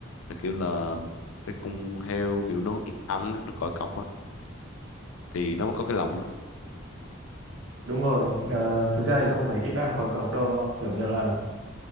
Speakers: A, on the left; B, on the right.
A: là kiểu là cái con heo kiểu nó ít ăn á, nó còi cọc á thì nó mới có cái lồng đó
B: Đúng rồi, ờ, thực ra thì không phải ít ăn còi cọc đâu nó kiểu như là